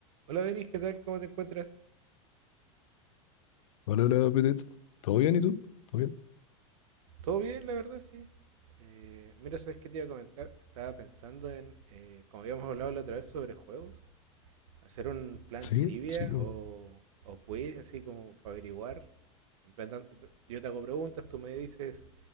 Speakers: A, on the right (about 75°); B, on the left (about 80°).
A: Hola Denis, ¿qué tal? ¿Cómo te encuentras?
B: Hola, hola, Pete. ¿Todo bien y tú? ¿Todo bien?
A: ¿Todo bien, la verdad? Sí. Eh, mira, ¿sabes qué te iba a comentar? Estaba pensando en, eh, como habíamos hablado la otra vez sobre juegos, hacer un plan
B: Sí,
A: trivia
B: sí, me-
A: o, o quiz, así como para averiguar. En plan, tan- eh, yo te hago preguntas, tú me dices